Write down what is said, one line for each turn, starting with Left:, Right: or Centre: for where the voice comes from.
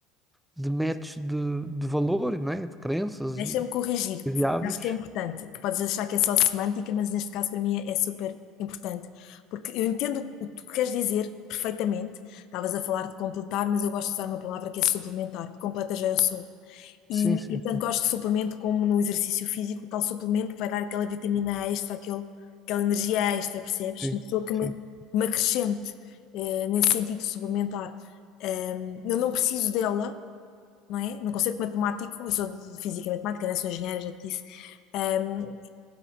Centre: de match de, de valor, não é? De crenças
Left: Deixa-me
Centre: e,
Left: corrigir-te.
Centre: e de hábitos.
Left: Acho que é importante, que podes achar que é só semântica, mas neste caso para mim é é super importante. Porque eu entendo o que tu queres dizer perfeitamente. Estavas a falar de completar, mas eu gosto de usar uma palavra que é suplementar. Completa já eu sou. E,
Centre: Sim, sim,
Left: e tanto
Centre: sim,
Left: gosto de suplemento como no exercício físico, tal suplemento que vai dar aquela vitamina extra, aquele, aquela energia extra, percebes?
Centre: sim.
Left: Uma pessoa que
Centre: sim.
Left: me, que me acrescente eh, nesse sentido suplementar. Ahm, eu não preciso dela, não é? Não conceito matemático, eu sou de física e matemática, né? Sou engenheira, já te disse. Um,